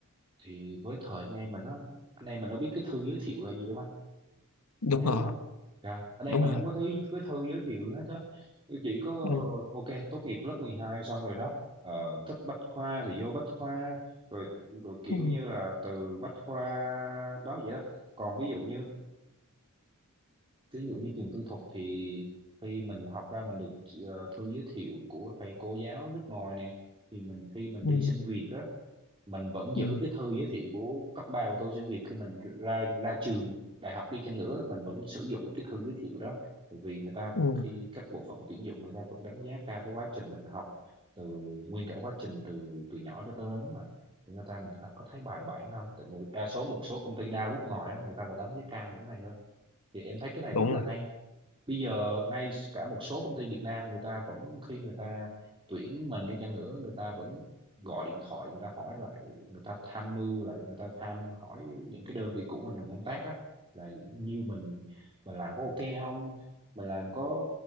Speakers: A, on the right (about 25°); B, on the left (about 85°).
A: thì với thời anh em mình nó anh em mình đâu biết cái thư giới thiệu là gì đâu anh
B: đúng
A: anh thấy
B: rồi
A: đúng không dạ anh em
B: đúng
A: mình
B: rồi
A: không có thứ cái thư giới thiệu gì hết á chỉ có
B: ừ.
A: ok tốt nghiệp lớp 12 xong rồi đó ờ, thích Bách Khoa thì vô Bách Khoa rồi rồi kiểu
B: Ừ.
A: như là từ Bách Khoa đó vậy đó còn ví dụ như ví dụ như trường tư thục thì khi mình học ra mình được ờ, thư giới thiệu của thầy cô giáo nước ngoài nè thì mình khi mình đi
B: Ừ.
A: xin việc á mình vẫn
B: Ừ.
A: giữ cái thư giới thiệu của cấp ba của tôi trên việc khi mình ra ra trường đại học đi chăng nữa mình vẫn sử dụng được cái thư giới thiệu đó bởi vì người ta
B: Ừ.
A: khi các bộ phận tuyển dụng người ta vẫn đánh giá cao cái quá trình mình học từ nguyên cả quá trình từ từ nhỏ cho tới lớn mà thì người ta mình có thấy bài bản không tại người, đa số một số công ty đa quốc ngoài á, người ta là đánh giá cao những cái này hơn thì em thấy cái này
B: đúng
A: rất là
B: rồi
A: hay bây giờ ngay cả một số công ty Việt Nam người ta vẫn khi người ta tuyển mình đi chăng nữa người ta vẫn gọi điện thoại người ta hỏi lại người ta tham mưu lại người ta tham hỏi những cái đơn vị cũ mình đang công tác á là như mình mình làm có ok không mình làm có